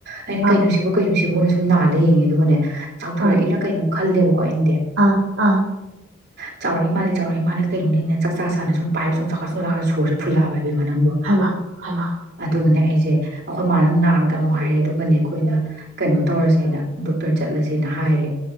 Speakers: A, on the right (about 55°); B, on the right (about 80°).
A: ꯑꯩꯅ
B: ꯑꯥ
A: ꯀꯩꯅꯣꯁꯤꯕꯨ ꯀꯩꯅꯣꯁꯤꯕꯨꯅ ꯁꯨꯝ ꯅꯥꯜꯂ ꯌꯦꯡꯉꯦ ꯑꯗꯨꯒꯅꯦ ꯆꯥꯎꯊꯣꯔꯛꯏꯔꯥ
B: ꯑꯥ
A: ꯀꯩꯅꯣ ꯈꯜꯂꯦꯕꯀꯣ ꯑꯩꯅꯗꯤ
B: ꯑꯥ ꯑꯥ
A: ꯆꯥꯎꯔꯛ ꯏꯃꯥꯜꯂꯦ ꯆꯥꯎꯔꯛ ꯏꯃꯥꯜꯂꯦ ꯀꯩꯅꯣꯅꯦꯅ ꯆꯥꯛ ꯆꯥꯆꯥꯅ ꯁꯨꯝ ꯄꯥꯏꯕ ꯁꯨꯝ ꯆꯥꯎꯈꯠ ꯁꯨꯝ ꯆꯥꯎꯈꯠ ꯁꯣꯔꯁꯦ ꯐꯨꯜꯂꯛꯑꯕ ꯏꯕꯦꯝꯃ ꯅꯪꯕꯨ
B: ꯍꯥꯏꯃ ꯍꯥꯏꯃ
A: ꯑꯗꯨꯒꯅꯦ ꯑꯩꯁꯦ ꯁꯦ ꯑꯩꯈꯣꯏ ꯃꯥꯅ ꯅꯥꯟꯒꯅꯣ ꯍꯥꯏꯌꯦ ꯑꯗꯨꯒꯅꯦ ꯑꯩꯈꯣꯏꯅ ꯀꯩꯅꯣ ꯇꯧꯔꯁꯦꯅ ꯗꯣꯛꯇꯔ ꯆꯠꯂꯁꯦꯅ ꯍꯥꯏꯔꯦ